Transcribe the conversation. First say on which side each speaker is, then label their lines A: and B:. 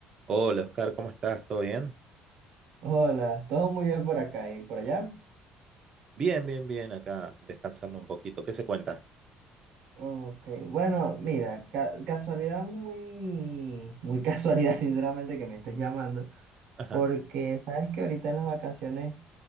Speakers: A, on the right; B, on the right.
A: Hola Oscar, ¿cómo estás? ¿Todo bien?
B: Hola, todo muy bien por acá y por allá.
A: Bien, bien, bien, acá descansando un poquito. ¿Qué se cuenta?
B: Ok, bueno, mira, ca- casualidad muy, muy casualidad, <laughs> sinceramente, que me estés llamando,
A: Ajá,
B: porque sabes que ahorita en las vacaciones,